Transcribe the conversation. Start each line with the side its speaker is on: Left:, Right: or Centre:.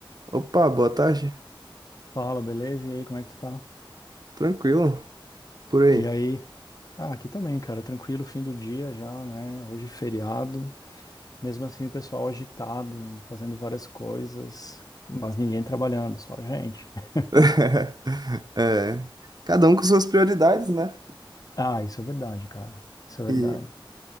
Right: Opa, boa tarde.
Left: Fala, beleza? E aí, como é que tu tá?
Right: Tranquilo, por aí.
Left: E aí? Ah, aqui também, cara, tranquilo, fim do dia já, né? Hoje é feriado. Mesmo assim, o pessoal agitado, fazendo várias coisas, mas ninguém trabalhando, só a gente. <laughs>
Right: <laughs> É, cada um com suas prioridades, né?
Left: Ah, isso é verdade, cara. Isso é verdade.
Right: E,